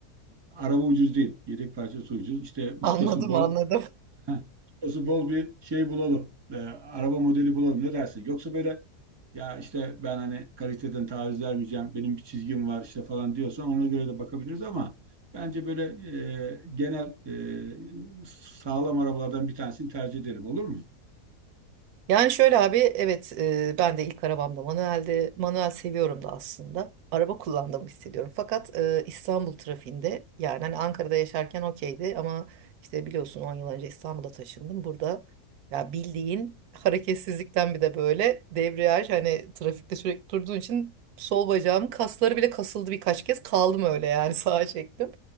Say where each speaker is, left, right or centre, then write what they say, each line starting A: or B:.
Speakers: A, on the right (about 25°); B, on the right (about 75°).
A: araba ucuz değil, yedek parçası ucuz. İşte ustası
B: anladım
A: bol.
B: anladım.
A: Heh, ustası bol bir şey bulalım. E, araba modeli bulalım ne dersin? Yoksa böyle ya işte ben hani kaliteden taviz vermeyeceğim, benim bir çizgim var işte falan diyorsan ona göre de bakabiliriz ama bence böyle e, genel e, sağlam arabalardan bir tanesini tercih edelim olur mu?
B: Yani şöyle abi evet e, ben de ilk arabamda manueldi. Manuel seviyorum da aslında. Araba kullandığımı hissediyorum. Fakat e, İstanbul trafiğinde yani hani Ankara'da yaşarken okeydi ama işte biliyorsun 10 yıl önce İstanbul'a taşındım. Burada ya bildiğin hareketsizlikten bir de böyle debriyaj hani trafikte sürekli durduğun için sol bacağım kasları bile kasıldı birkaç kez kaldım öyle yani <laughs> sağa çektim.